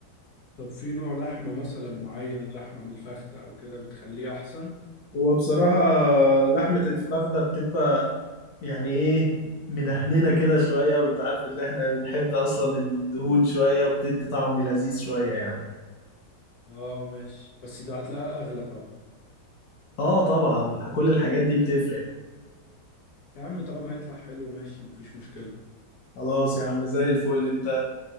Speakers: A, on the left; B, on the left.
A: طب في نوع لحمة مثلا معين لحمة من الفخدة أو كده بتخليه أحسن؟
B: هو بصراحة لحمة الفخدة بتبقى يعني ايه مدهننا كده شوية وانت عارف ان احنا بنحب اصلا الدهون شوية وبتدي طعم لذيذ شوية يعني
A: اه ماشي بس ده هتلاقيها أغلى طبعا
B: اه طبعا كل الحاجات دي بتفرق
A: يا عم طالما هيطلع حلو ماشي مفيش مشكلة
B: خلاص يا عم زي الفل انت